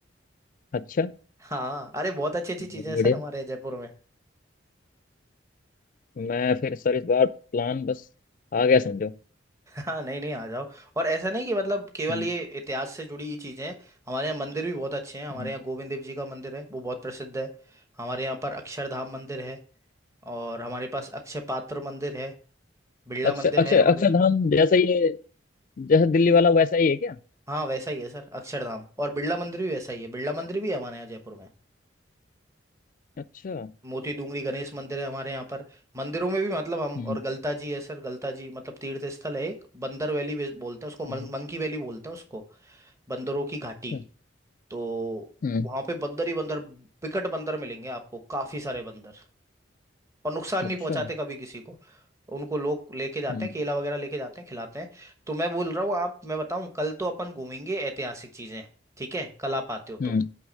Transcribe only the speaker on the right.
हाँ अरे बहुत अच्छी अच्छी
चीजें हैं
सर हमारे जयपुर में
हाँ नहीं नहीं आ जाओ और ऐसा नहीं कि मतलब केवल
ये इतिहास से जुड़ी ही चीजें हैं हमारे यहाँ मंदिर भी बहुत अच्छे हैं हमारे
यहाँ गोविंद देव जी का मंदिर है वो बहुत प्रसिद्ध है हमारे यहाँ पर अक्षरधाम मंदिर है और हमारे पास अक्षय पात्र मंदिर है बिरला
मंदिर
है हमारे
यहाँ
हाँ वैसा ही है सर अक्षरधाम और बिरला मंदिर भी वैसा ही है बिरला मंदिर भी है हमारे यहाँ जयपुर में
मोती डूंगरी गणेश मंदिर है हमारे यहाँ पर मंदिरों में भी मतलब हम
और गलता जी है सर गलता जी मतलब तीर्थ स्थल है एक बंदर वैली भी बोलते हैं उसको मन,
मंकी वैली बोलते हैं उसको बंदरों की घाटी
तो
वहां पे बंदर ही बंदर विकट बंदर मिलेंगे आपको काफी सारे बंदर और नुकसान
नहीं पहुंचाते कभी किसी को उनको लोग लेके जाते
हैं केला वगैरह लेके जाते हैं खिलाते हैं तो मैं बोल रहा हूँ आप मैं बताऊं कल तो अपन घूमेंगे ऐतिहासिक चीजें ठीक है कल आप आते हो
तो